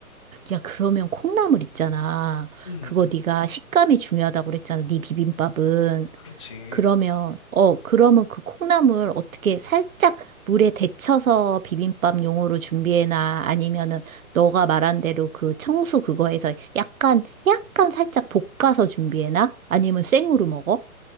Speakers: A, on the right; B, on the left.
A: 야, 그러면 콩나물 있잖아.
B: 음,
A: 그거
B: 음,
A: 네가 식감이 중요하다고 그랬잖아. 네 비빔밥은.
B: 그렇지.
A: 그러면, 어, 그러면 그 콩나물 어떻게 살짝 물에 데쳐서 비빔밥 용으로 준비해놔? 아니면은 너가 말한 대로 그 청수 그거에서 약간, 약간 살짝 볶아서 준비해놔? 아니면 생으로 먹어?